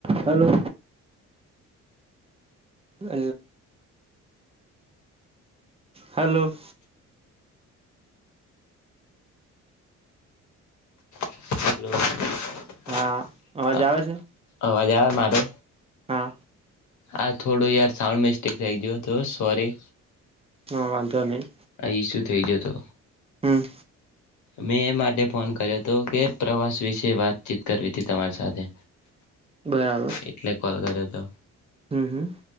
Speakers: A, on the right; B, on the left.
A: Hello અ hello
B: <inaudible>
A: હા અવાજ આવે છે
B: અવાજ આવે મારો
A: હા
B: આ થોડો યાર સાઉન્ડ મિસ્ટેક જઈ તો સોરી
A: હા વાંધો નહી
B: ઇસુ થઈ ગયો તો
A: હમ
B: મેં એ માટે ફોન કર્યો તો કે પ્રવાસ વિશે વાતચીત કરવી હતી તમારી સાથે
A: બરાબર
B: એટલે કોલ કર્યો હતો
A: હમ હમ